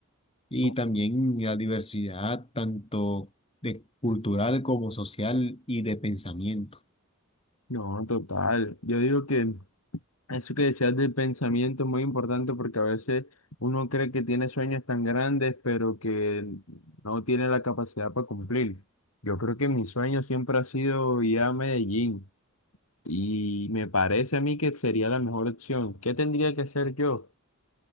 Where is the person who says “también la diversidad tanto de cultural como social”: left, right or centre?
Left